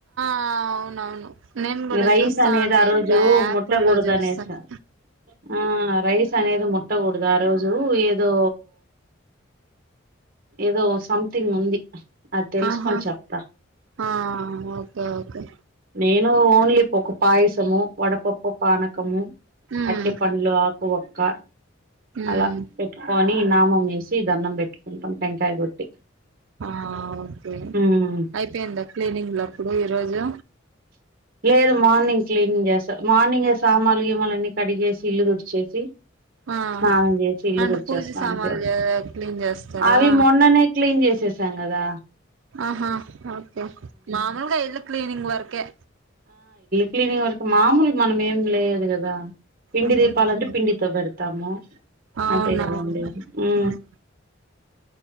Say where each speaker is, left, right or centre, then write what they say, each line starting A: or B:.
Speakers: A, on the right; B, on the right.
A: ఆ అవునవును నేను కూడా
B: రైస్
A: చూస్తాం
B: అనేది ఆ
A: ఇప్పుడు
B: రోజు
A: యాపిల్లో
B: ముట్టకూడదు
A: చూస్తాను
B: అనేసి ఆ రైస్ అనేది ముట్టకూడదు ఆ రోజు ఏ ఏదో ఏదో సంథింగ్ ఉంది అది తెలుసుకొని
A: ఆహా
B: చెత
A: ఆ ఓకే ఓకే
B: నేను ఓన్లీ ఒక పాయసము వడపప్పు పానకము
A: ఉమ్
B: అట్టి పండ్లు ఆకువక్క
A: ఉమ్
B: అలా పెట్టుకొని నామం వేసి దండం పెట్టుకుంటాం టంకాయ కొట్టి
A: ఆ ఓకే
B: ఉమ్.
A: అయిపోయిందా క్లినిక్ లో అప్పుడు ఈరోజు
B: లేదు మార్నింగ్ క్లీనింగ్ చేస్తారు మార్నింగే సామాలు గీమలున్న కడిగేసి ఇల్లు తుడిచేసి
A: ఆ
B: స్నానం చేసి ఇల్లు
A: అంటే
B: తుడిచేస్తా
A: పూజ సామాన్లు
B: అ
A: చే క్లీన్ చేస్తారా
B: అవి మొన్ననే క్లీన్ చేసి చేసాంగదా
A: ఆహా ఓకే మామూలుగా ఇల్లు క్లీనింగ్ వర్కే
B: క్లినింగ్ వరకు మామూలు మనమే లేదు కదా పిండి
A: ఉమ్
B: దీపాలంటే పిండితో పెడతాము
A: అవునవును
B: అంతే కదండి ఉ
A: ఉమ్